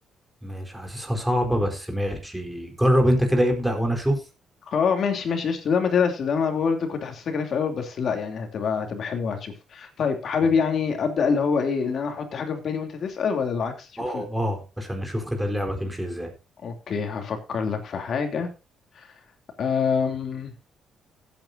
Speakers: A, in the centre; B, on the left.
A: ماشي حاسسها صعبه بس ماشي جرب انت كده ابدأ وانا اشوف
B: اه ماشي ماشي قشطة لا ما تقلقش ده انا برضه كنت حاسسها كده في الاول بس لا يعني هتبقى هتبقى حلوة هتشوف طيب حابب
A: ماشي.
B: يعني ابدأ اللي هو ايه اللي انا احط حاجة في بالي وانت تسأل ولا العكس شوف
A: اه
B: ال...
A: اه عشان اشوف كده اللعبه تمشي ازاي
B: اوكي هفكر لك في حاجة أم...